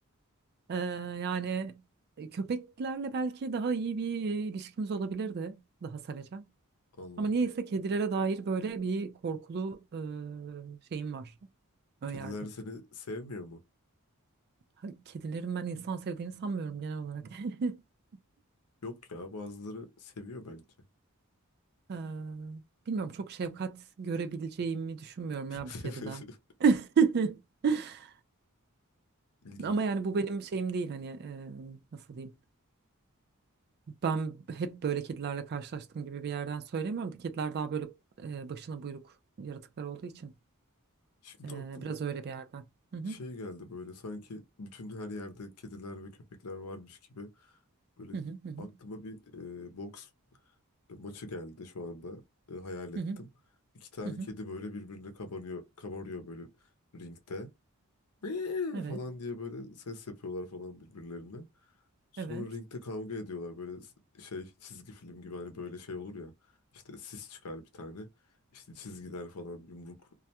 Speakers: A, on the right; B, on the left.
A: Ee, yani e, köpeklerle belki daha iyi bir e, ilişkimiz olabilirdi. Daha sevecen.
B: Allah
A: Ama
B: Allah.
A: niyeyse kedilere dair böyle bir korkulu e, şeyim var. Önyargım.
B: Kediler seni sevmiyor mu?
A: Ha, Kedilerin ben insan sevdiğini sanmıyorum genel olarak. <laughs>
B: Yok ya bazıları seviyor bence.
A: Ee, bilmiyorum çok şefkat görebileceğimi düşünmüyorum
B: <laughs>
A: ya bir kediden. <laughs>
B: İlginç.
A: Ama yani bu benim şeyim değil hani e, nasıl diyeyim. Ben hep böyle kedilerle karşılaştığım gibi bir yerden söylemiyorum da kediler daha böyle e, başına buyruk yaratıklar olduğu için
B: Şimdi
A: e,
B: aklıma
A: biraz öyle bir yerden. Hı hı.
B: şey geldi böyle sanki bütün her yerde kediler ve köpekler varmış gibi. Böyle
A: Hı hı hı hı
B: aklıma bir e, boks maçı geldi şu anda. E, hayal ettim.
A: hı hı.
B: İki tane
A: hı hı.
B: kedi böyle birbirine kabanıyor, kabarıyor böyle ringde. "Meow"
A: Evet,
B: falan diye böyle ses yapıyorlar falan birbirlerine. Sonra
A: evet,
B: ringde kavga ediyorlar böyle s- şey çizgi film gibi hani böyle şey olur ya. işte sis çıkar bir tane. işte çizgiler falan yumruk